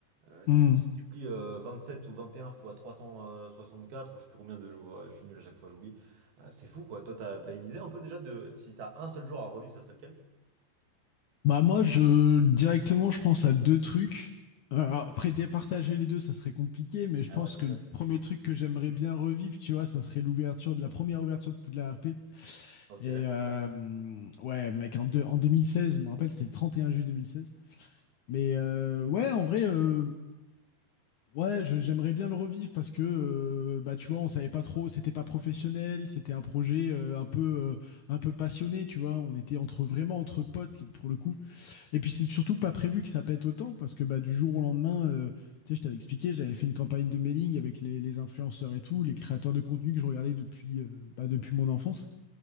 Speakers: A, on the right (about 70°); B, on the left (about 70°).
A: euh, tu
B: Hmm.
A: multiplies euh, 27 ou 21 fois 364, ou je sais plus combien de jours, euh, je suis nul à chaque fois, j'oublie. Euh, c'est fou, quoi. Toi, t'as, t'as une idée un peu déjà de si t'as un seul jour à revivre, ça serait lequel?
B: Bah moi je directement je pense à deux trucs. Euh, après départager les deux ça serait compliqué mais je
A: Ah
B: pense
A: ouais, déjà
B: que le
A: tu triches.
B: premier truc que j'aimerais bien revivre tu vois ça serait l'ouverture de la première ouverture de Poudlard R P.
A: Ok.
B: et
A: Ouais,
B: euh, hum, ouais mec en, deux- en 2016 je me rappelle c'était le 31 juillet 2016 mais euh, ouais en vrai euh, ouais je- j'aimerais bien le revivre parce que euh, bah tu vois on savait pas trop c'était pas professionnel c'était un projet euh, un peu euh, un peu passionné tu vois on était entre vraiment entre potes pour le coup Et puis c'est surtout pas prévu que ça pète autant parce que bah, du jour au lendemain, euh, tu sais, je t'avais expliqué, j'avais fait une campagne de mailing avec les, les influenceurs et tout, les créateurs de contenu que je regardais depuis, euh, bah, depuis mon enfance.